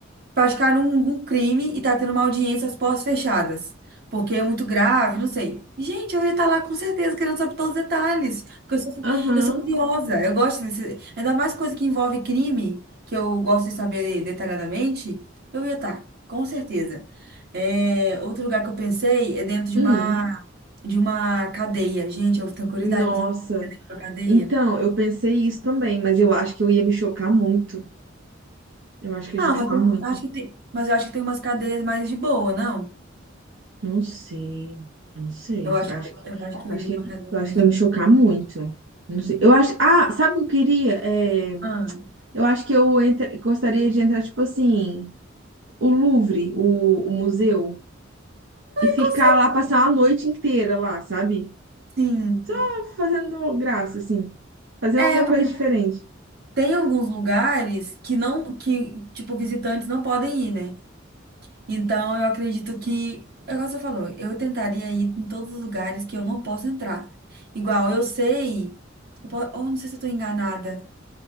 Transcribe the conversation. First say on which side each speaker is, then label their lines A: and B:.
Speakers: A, on the right; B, on the right.
A: praticaram um, um crime e tá tendo uma audiência às portas fechadas. Porque é muito grave, não sei. Gente, eu ia estar lá com certeza querendo saber todos os detalhes. Porque eu sou,
B: Aham.
A: eu sou curiosa, eu gosto desse. Ainda mais coisa que envolve crime, que eu gosto de saber detalhadamente, eu ia estar, com certeza. É, outro lugar que eu pensei é dentro de
B: Hum,
A: uma, de uma cadeia. Gente, eu tenho curiosidade
B: nossa.
A: pra saber como é dentro de uma cadeia.
B: Então, eu pensei isso também, mas eu acho que eu ia me chocar muito. Eu acho que
A: Ah,
B: ia me chocar
A: mas eu
B: muito.
A: acho que tem, mas eu acho que tem umas cadeias mais de boa, não?
B: Não sei. Não sei.
A: Eu acho
B: Acho,
A: que eu acho que eu
B: acho
A: iria
B: que,
A: pra uma academia
B: eu acho
A: mais.
B: que ia me chocar muito. Não sei. Eu acho. Ah, sabe o que eu queria? É.
A: Ah,
B: Eu acho que eu entra- gostaria de entrar, tipo assim, o Louvre, o, o museu, e ficar
A: com certeza.
B: lá, passar uma noite inteira lá, sabe?
A: sim.
B: Só Fazendo graça, assim, fazer
A: É,
B: alguma
A: porque
B: coisa diferente.
A: tem alguns lugares que não, que, tipo, visitantes não podem ir, né? Então eu acredito que, é igual você falou, eu tentaria ir em todos os lugares que eu não posso entrar. Igual eu sei, eu po- ou não sei se eu tô enganada.